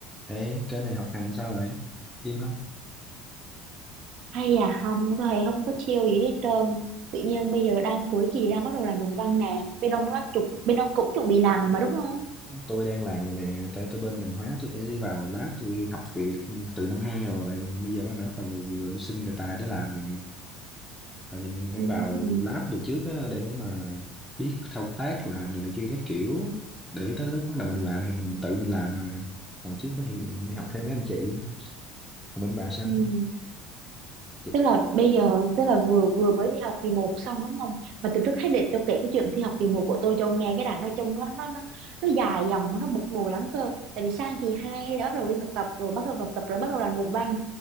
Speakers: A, in the centre; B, on the right.
A: Ê, cái này học hành sao vậy? Im không?
B: hay à không thầy không có chiêu gì hết trơn tự nhiên bây giờ đang cuối kỳ đang bắt đầu làm luận văn nè bên ông nó chuẩn bên ông cũng chuẩn bị làm rồi mà đúng không
A: Tôi đang làm rồi nè, tại tôi bên ngành hóa tôi phải đi vào lab tôi học việc từ năm 2 rồi, bây giờ bắt đã bắt đầu xin đề tài để làm nè. Tại vì phải
B: ừ,
A: vào lab được trước á, để mà biết thao tác làm rồi này kia các kiểu để tới lúc bắt đầu mình làm thì mình tự mình làm mà. Còn trước đó thì đi học theo mấy anh chị. Còn bên bà sao?
B: ừ.
A: Chị
B: tức là bây giờ tức là vừa vừa mới đi học kỳ một xong đúng không mà từ trước hết để tôi kể cái chuyện thi học kỳ một của tôi cho ông nghe cái đoạn nó trông nó nó nó nó dài dòng mà nó bực bội lắm cơ tại vì sang kỳ hai đã bắt đầu đi thực tập rồi bắt đầu thực tập rồi bắt đầu làm luận văn